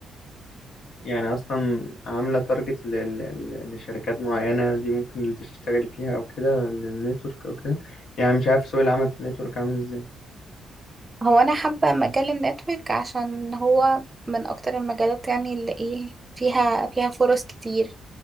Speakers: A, on the left; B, on the right.
A: يعني اصلا عامله تارجت لل- لل- لشركات معينه دي ممكن اللي تشتغلي فيها او كده للنتورك او كده يعني مش عارف سوق العمل في النتورك عامل ازاي
B: هو انا حابه مجال النتورك عشان هو من اكتر المجالات يعني اللي ايه فيها فيها فرص كتير